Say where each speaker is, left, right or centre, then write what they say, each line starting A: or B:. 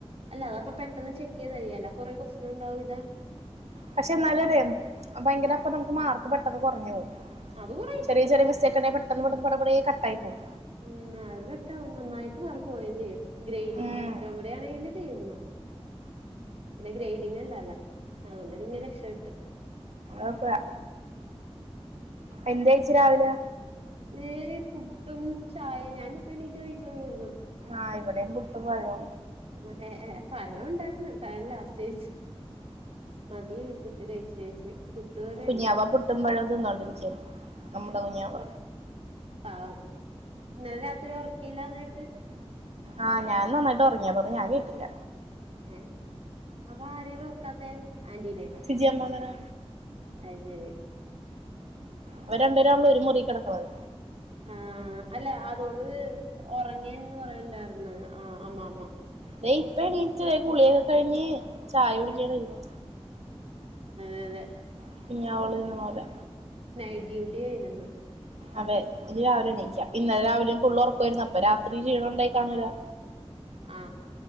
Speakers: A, on the right; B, on the right.
A: അല്ല അതപം പെട്ടെന്ന് ചെക്കയ്ത് കഴിയാലൊ കൊറെ കോസ്റ്റിനും ഉണ്ടാവൂല
B: പക്ഷെ എന്നാലും ഒര് ഭയങ്കര അപ്പൊ നമുക്ക് മാർക്ക് പെട്ടെന്ന് കൊറഞോഉം
A: അത് കൊറയും
B: ചെറിയ ചെറിയ മിസ്റ്റെക് ഉണ്ടെൽ പെട്ടന്നു പെട്ടെന്ന് പടെ പടെ കട്ടായി പോവും
A: ഉം അതൊക്കെ നന്നായിട്ട് മാർക്ക് പോവേം ചെയ്യും ഗ്രേഡിങ്
B: ഉം
A: സിസ്റ്റം കൂടെ ആണെൽ തീർന്നു പിന്നെ ഗ്രൈഡിങ് അല്ലാലേ അതുകൊണ്ട് ഞാൻ രക്ഷപ്പെട്ട്
B: ഓക്കേ യെന്തഴ്ച്ച് രാവിലെ
A: ഇ പുട്ടും ചായയും ഞാനിപ്പൊ എണ്ണീറ്റ് കഴിച്ചോളുവിടുന്ന്
B: ആഹ് ഇവിടെയും പുട്ടും പഴവാ
A: ഇവിടെ എ എ പഴം ണ്ട്ടായിരുന്നു പഴം ലാസ്റ്റ്ഴിച് മതിയായി പുട്ട് കഴിച് കഴിച് പുട്ടുപോലെ
B: കുഞ്ഞാവ പുട്ടും പഴൊക്കെ തിന്നോണ്ടിരിക്കാണ് നമ്മുടെ കുഞ്ഞാവ
A: ആഹു ഇന്നലെ രാത്രി ഒറകീലാന്നേട്ട്
B: ആഹ് ഞാൻ നന്നായിട്ട് ഉറങ്ങി അപ്പ ഞാൻ കേട്ടില്ല
A: ഏഹ് അപ്പ ആരെയാണ് ഒറക്കാത്തെ ആന്റീനെ
B: ഇജ്ജ് എന്താ ങ്ങനേ
A: അഹ് ശരി
B: അവരണ്ടേരാണള്ളോ ഒരു മുറി കിടക്കുന്നത്
A: ആ അല്ല അതുകൊണ്ട് ഉറങ്ങേന്ന് പറയണ്ടായിന്ന് ആഹ് അമ്മ അമ്മ
B: തേ ഇപ്പ എണീറ്റ് കുളിയൊക്കെ കഴിഞ്ഞ് ചായ കുടിക്കൻ
A: ഉം
B: വരുന്നു
A: അതെ അതെ
B: <unintelligible> പോല
A: നൈറ്റ് ഡ്യൂട്ടിയെ നിന്ന്
B: അതെ ഇത് രാവിലെ എണീക്കാം ഇന്നലെ രാവിലെയും പുള്ളള് ഉറക്കവായിരുന്നു അപ്പൊ രാത്രി ക്ഷീണംണ്ടായി കാണൂലാ
A: ആ